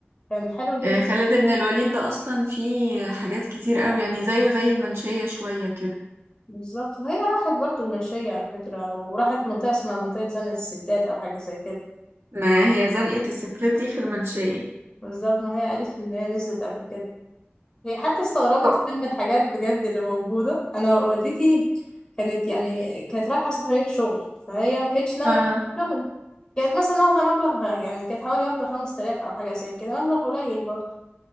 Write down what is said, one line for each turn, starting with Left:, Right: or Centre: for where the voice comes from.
Left: كان حلو جدا
Right: آه، خالد بن الوليد ده اصلا فيه حاجات كتير قوي يعني زيه زي المنشيه شويه كده
Left: بالظبط وهي راحت برضو المنشيه على فكره وراحت منطقه اسمها منطقه زنقه الستات او حاجه زي كده
Right: ما هي زنقه الستات دي في المنشيه
Left: بالظبط ما هي قالت ان هي نزلت قبل كده هي حتى استغربت
Right: طب
Left: كمان من الحاجات بجد اللي موجودة أنا والدتي كانت يعني كانت رايحة سفرية شغل فهي ما كانتش ناوية
Right: اه
Left: شغل كانت مثلا واخدة مبلغ يعني كانت حوالي واخدة خمس تلاف أو حاجة زي كده مبلغ قليل برضه